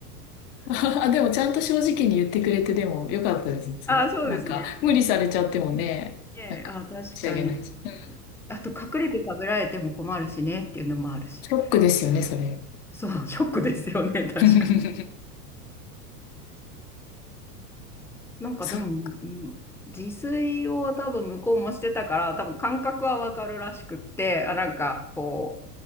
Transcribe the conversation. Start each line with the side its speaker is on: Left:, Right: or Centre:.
Left: <laughs> あ、でもちゃんと正直に言ってくれて、でもよかったですね、それは。
Centre: あ、そうですね。
Left: なんか、無理されちゃってもね、
Centre: で、
Left: なんか、
Centre: あ、確かに。
Left: 仕上げないし。うん
Centre: あと、隠れて食べられても困るしねっていうのもあるし。
Left: ショックですよね、それ。
Centre: そう、ショックですよね、確かに。
Left: <laughs> え、
Centre: なんかでも、
Left: そう。
Centre: うん、自炊を多分向こうもしてたから、多分感覚はわかるらしくって、あ、なんかこ